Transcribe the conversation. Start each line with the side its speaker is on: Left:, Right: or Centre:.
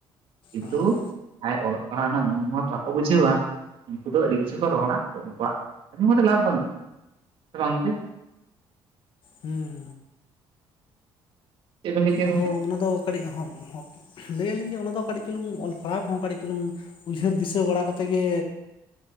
Right: ᱠᱤᱱᱛᱩ
Left: ᱦᱳᱭ
Right: ᱟᱡ ᱚᱞᱚᱜ ᱯᱟᱲᱦᱟᱜ ᱨᱮᱱᱟᱜ ᱢᱟᱹᱱ ᱢᱟᱹᱱ ᱵᱟᱠᱚ ᱵᱩᱡᱷᱟᱹᱣᱟ ᱩᱱᱠᱩ ᱫᱚ ᱟᱹᱰᱤ ᱠᱤᱪᱷᱩ ᱠᱚ ᱨᱚᱲᱟ ᱛᱚ ᱩᱱᱠᱩᱣᱟᱜ ᱟᱡᱚᱢ ᱠᱟᱛᱮ ᱞᱟᱵᱷ ᱵᱟᱹᱱᱩᱜᱼᱟ ᱥᱮ ᱵᱟᱝ ᱜᱚᱝᱠᱮ ᱾
Left: ᱦᱩᱸ
Right: ᱪᱮᱫ ᱵᱮᱱ ᱞᱟᱹᱭ ᱠᱮᱫ ᱜᱚᱝᱠᱮ
Left: ᱟᱫᱚ ᱚᱱᱟᱫᱚ ᱠᱟᱹᱴᱤᱡ <unintelligible> ᱞᱟᱹᱭ ᱟᱹᱞᱤᱧ ᱡᱮ ᱚᱱᱟᱫᱚ ᱠᱟᱹᱴᱤᱡ ᱪᱩᱞᱩᱝ ᱚᱞ ᱯᱟᱲᱦᱟᱣ ᱠᱚᱦᱚᱸ ᱠᱟᱹᱴᱤᱡ ᱪᱩᱞᱩᱝ ᱩᱭᱦᱟᱹᱨ ᱫᱤᱥᱟᱹ ᱵᱟᱲᱟ ᱠᱟᱛᱮᱫ ᱜᱮ